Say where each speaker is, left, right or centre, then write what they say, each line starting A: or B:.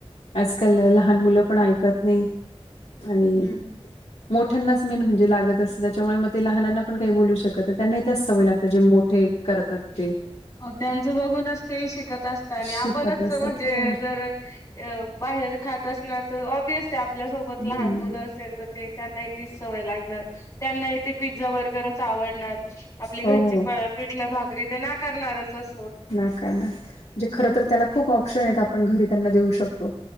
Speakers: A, on the left; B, on the left.
A: आजकाल लहान मुलं पण ऐकत नाही आणि
B: हम्म.
A: मोठ्यांनाच मेन म्हणजे लागत असतं, त्याच्यामुळे मग ते लहानांना पण काही बोलू शकत न त्यांनाही त्याच स त्या जे मोठे करतात ते
B: हो त्यांच बघूनच ते शिकत असता आणि
A: शिकत
B: आपणच
A: असतात
B: ज म्हणजे
A: हो.
B: जर अ बाहेर जर खात असला तर ओब्वियस ए आपल्या सोबत
A: हम्म.
B: लहान मुलं असेल तर ते त्यांनाही तीच सवय लागणार, त्यांनाही ते पिझ्झा बर्गरच आवडणार. आपली घरची
A: हो
B: प पिठलं भाकरी ते नाकारणारच स
A: ना का ना म्हणजे खरं तर त्याला खूप ऑप्शन एत आप पण घरी त्यांना देऊ शकतो,